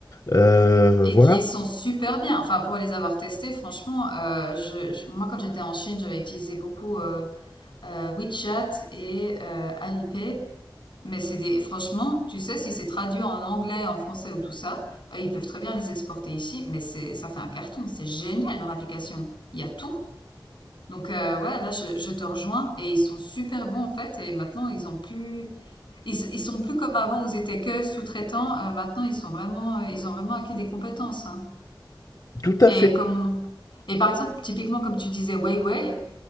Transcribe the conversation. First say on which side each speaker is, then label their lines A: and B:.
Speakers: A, on the left (about 50°); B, on the left (about 90°).
A: Euh,
B: Et
A: voilà.
B: qui sont super bien. Enfin, pour les avoir testés, franchement, euh, je, je- moi, quand j'étais en Chine, j'avais utilisé beaucoup euh, euh, WeChat et euh, Alipay. Mais c'est des... Franchement, tu sais, si c'est traduit en anglais, en français ou tout ça, euh, ils peuvent très bien les exporter ici, mais c'est, ça fait un carton. C'est génial leur application. Il y a tout. Donc, euh, ouais, là, je, je te rejoins. Et ils sont super bons, en fait. Et maintenant, ils ont plus... Ils, ils sont plus comme avant où ils étaient que sous-traitants. Euh, maintenant, ils sont vraiment... euh, ils ont vraiment acquis des compétences. hein.
A: Tout à
B: Et
A: fait.
B: comme on- Et par exemple, typiquement, comme tu disais, Weiwei,